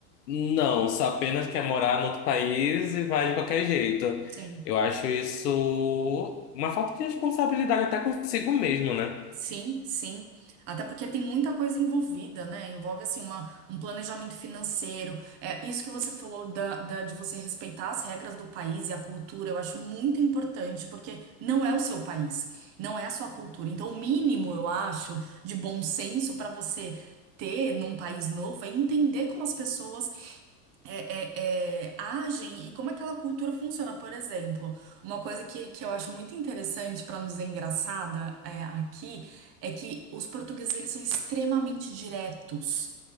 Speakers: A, on the left; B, on the right.
A: não, só apenas quer morar no outro país e vai de qualquer jeito.
B: sim.
A: Eu acho isso uma falta de responsabilidade até consigo mesmo, né?
B: Sim, sim. Até porque tem muita coisa envolvida, né? Envolve, assim, uma, um planejamento financeiro. É, isso que você falou da, da- de você respeitar as regras do país e a cultura, eu acho muito importante, porque não é o seu país, não é a sua cultura. Então, o mínimo, eu acho, de bom senso para você ter num país novo é entender como as pessoas é, é, é, agem e como aquela cultura funciona. Por exemplo, uma coisa que, que eu acho muito interessante para nos engraçada é, aqui é que os portugueses eles são extremamente diretos.